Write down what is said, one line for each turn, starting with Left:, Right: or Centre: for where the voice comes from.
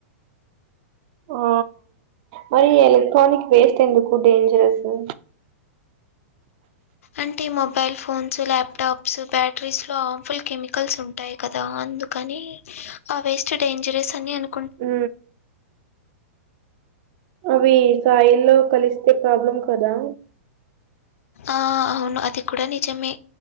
Right: ఆ మరి ఎలక్ట్రానిక్ వేస్ట్ ఎందుకు డేంజరస్సు
Left: అంటే మొబైల్ ఫోన్స్ ల్యాప్టాప్స్ బ్యాటరీస్ లో హామ్ఫుల్ కెమికల్స్ ఉంటాయత కదా అందు కానీ ఆ వేస్టు డేంజరస్ అని అను
Right: ఊ అవి సాయిల్లో కలిస్తే ప్రాబ్లం కదా
Left: ఆ అవును అది కుడ నిజమే